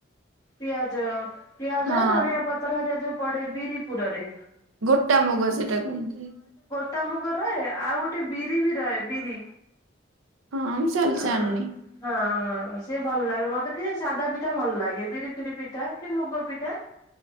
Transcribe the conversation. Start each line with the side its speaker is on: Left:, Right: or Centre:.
Left: ପିଆଜ ପିଆଜ
Right: ହଁ
Left: ଧନିଆ ପତ୍ର ହରିଆ ଯୋଉ ପଡେ ବିରିପୁରରେ।
Right: ଗୋଟା ମୁଗ ସେଇଟା କୁହନ୍ତି।
Left: ଏଟା ମୁଗ ରେ ଆଉ ଗୋଟେ ବିରି ବି ରହେ ବିରି
Right: ହଁ ମୁଁ ଚାଲି
Left: ହଁ
Right: ଜାଣିନି
Left: ହଁ ହଁ ସିଏ ଭଲ ଲାଗେ ମତେ ଟିକେ ସାଧା ପିଠା ଭଲ ଲାଗେ ବିରି ଫିରି ପିଠା କି ମୁଗ ପିଠା।